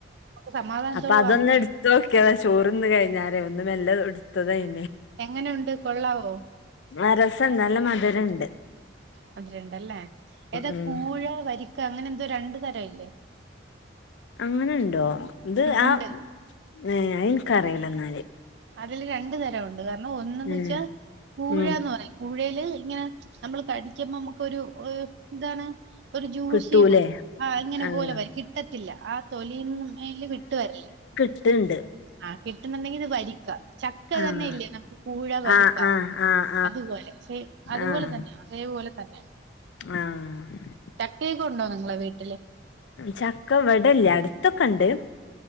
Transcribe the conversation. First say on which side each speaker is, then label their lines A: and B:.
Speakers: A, on the right (about 60°); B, on the left (about 65°).
A: നമുക്ക് സമാധാനത്തോടെ
B: അപ്പൊ അതൊന്ന്
A: വാങ്ങി
B: എടുത്ത് നോക്കിയതാ ചോറ് തിന്ന് കഴിഞ്ഞാലേ ഒന്നും വല്ലോം എടുത്ത് കഴി-
A: എങ്ങനെയുണ്ട് കൊള്ളാവോ
B: ആ രസം ഉണ്ട് നല്ല മധുരം ഉണ്ട്
A: മധുരമുണ്ടല്ലേ ഏതാ
B: ഉം
A: കൂഴ വരി- ക്ക അങ്ങനെ എന്തോ രണ്ടു തരമില്ലേ
B: അങ്ങനെണ്ടോ ഇത്
A: ഉണ്ട്
B: ആ ഏ എനക്കറിയില്ല എന്നാല്
A: അതില് രണ്ടു തരമുണ്ട് കാരണം ഒന്നന്ന്
B: ഏഹ്
A: വെച്ചാൽ കൂഴെന്ന്
B: ഉം
A: പറയും കൂഴയില് ഇങ്ങനെ നമ്മള് കടിക്കുമ്പോ നമുക്കൊരു ഇതാണ് ഒരു ജ്യൂസി
B: കിട്ടൂലേ
A: ആ ഇങ്ങനെ
B: ആഹ്
A: പോലെ വരും കിട്ടത്തില്ല ആ തൊലീൽ വിട്ട് വരില്ല
B: കിട്ടുണ്ട്
A: ആ കിട്ടുന്നുണ്ടെങ്കിൽ ഇത് വരിക്ക ചക്ക
B: ആഹ്
A: തന്നെ ഇല്ലേ നമുക്ക് കൂഴ വരിക്ക
B: ആഹ് ആഹ് ആഹ്
A: അതുപോലെ സെയിം അതുപോലെ
B: ആഹ്
A: തന്നെയ അതുപോലെ തന്നെ
B: ആഹ് ആഹ്
A: ചക്കയൊക്കെ ഉണ്ടോ നിങ്ങളെ വീട്ടില്
B: ചക്ക ഇവിടല്ല അടുത്തൊക്കെണ്ട്